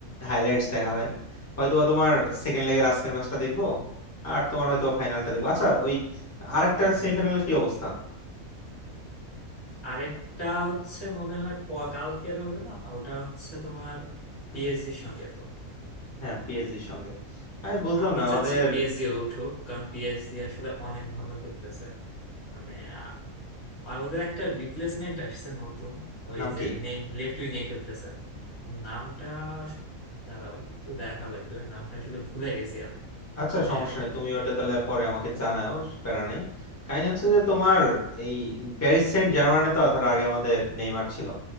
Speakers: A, on the left (about 15°); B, on the left (about 50°).
A: হাইলাইটস দেখা হয় হয়তোবা তোমার সেকেন্ড লেগের আজকের ম্যাচটা দেখবো আর তোমার হয়তো ফাইনালটা দেখবো আচ্ছা ওই আরেকটা সেমিফাইনালের কি অবস্থা
B: আরেকটা হচ্ছে মনে হয় প- কালকের হবে না ওটা হচ্ছে তোমার পিএসজির সঙ্গে তো
A: হ্যাঁ পিএসজির সঙ্গে আমি বুঝলাম
B: আমি
A: না আমাদের
B: চাচ্ছি পিএসজি উঠুক কারণ পিএসজি আসলে অনেক ভালো খেলতেছে মানে আ- আর ওদের একটা রিপ্লেসমেন্ট আসছে নতুন ওই
A: নাম
B: যে
A: কি
B: নেম লেফট উইং এ খেলতেছে ওর নামটা আস- দাঁড়াও একটু দেখা লাগবে ওই নামটা আসলে ভুলে গেছি আমি
A: আচ্ছা
B: মানে
A: সমস্যা
B: ও-
A: নেই তুমি ওটা তাহলে পরে আমাকে জানাও প্যারা নাই কাহিনী হচ্ছে যে তোমার এই প্যারিস সেন্ট জার্মানে তো ধরো আগে আমাদের নেইমার ছিল